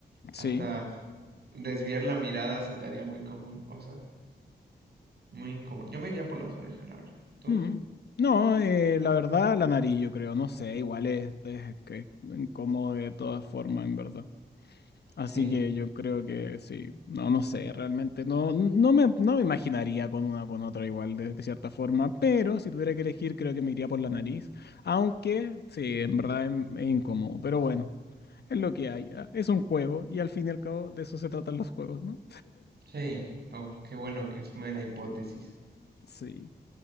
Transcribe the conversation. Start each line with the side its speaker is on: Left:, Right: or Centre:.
Left: Sí.
Right: Hasta desviar la mirada se te haría muy común, o sea. Muy incómodo. Yo me iría por las orejas, la verdad. ¿Tú?
Left: Mm. No, eh, la verdad, la nariz, yo creo, no sé, igual es, es que es incómodo de todas formas, en verdad. Así
Right: Sí,
Left: que yo creo que sí, no, no sé, realmente no, no me, no me imaginaría con una o con otra igual de, de cierta forma, pero si tuviera que elegir creo que me iría por la nariz, aunque sí, en verdad em- es, incómodo, pero bueno, es lo que hay, ah, es un juego y al fin y al cabo de eso se tratan los juegos, ¿no?
Right: sí. Oh, qué bueno que es mera hipótesis.
Left: Sí.